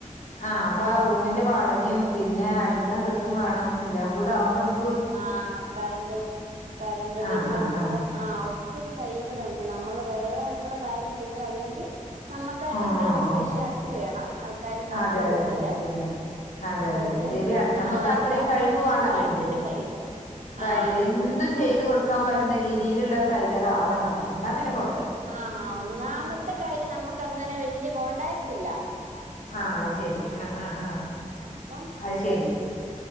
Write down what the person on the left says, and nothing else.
ആ അപ്പാ റൂമിന്റെ വാടകിം പിന്നെ അടിക്കാൻ കിട്ടും വേണം എല്ലാം കൂടെ ആവുമ്പോ നമ
ആഹ്
ആഹ്
ആഹ്
ആഹ്
ആഹ്
ആഹ്
അതെ അതെ
അതെ ശെരിയാണ് അതെ അതെ
അതെ ശെരിയാണ് നമ്മക്ക്
അത്രേം
കഴിവ്
വേണം
അല്ലെങ്കില്
കാര്യല
എന്തും ചെയ്തു കൊട്ക്കാൻ പറ്റ്ണ രീതീല്ള്ള ടൈ ലറാവണം നമ്മള് ന്നാ പിന്നെ കൊ
ആ അയ് ശെരി അ അ അ
അത്ശെരി